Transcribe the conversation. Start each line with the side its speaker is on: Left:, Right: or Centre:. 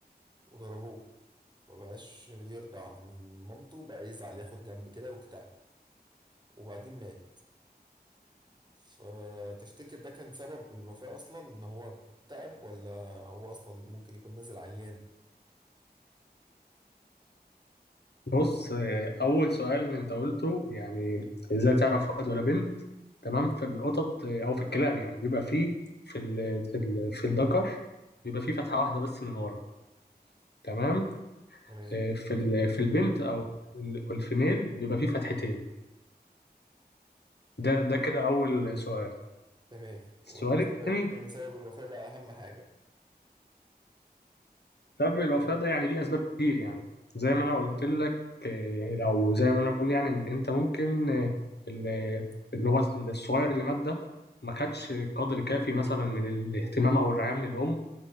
Right: وضربوه مبقاش يرضع من مامته بقى يزعل ياخد جنب كده واكتئب وبعدين مات فتفتكر ده كان سبب الوفاة أصلا إن هو اكتئب ولا هو أصلا ممكن يكون نازل عيان
Left: بص اه، اول سؤال انت قلته يعني ازاي تعرف ولد ولا بنت تمام في القطط اه، او في الكلاب يعني بيبقى فيه في ال ال- في الذكر بيبقى فيه فتحة واحدة بس من ورا تمام
Right: تمام
Left: اه، في ال- في البنت او ال- الفيميل بيبقى فيه فتحتين ده ده كده اول سؤال
Right: تمام والسؤال
Left: السؤال الثاني
Right: التاني سبب الوفاة بقى أهم حاجة
Left: سبب الوفاة ده يعني ليه أسباب كتير يعني زي ما أنا قلت لك آه، أو زي ما أنا بقول يعني إن أنت ممكن آه، ال- اللي هو الصغير اللي مات ده ما خدش قدر كافي مثلا من الاهتمام أو الرعاية من الأم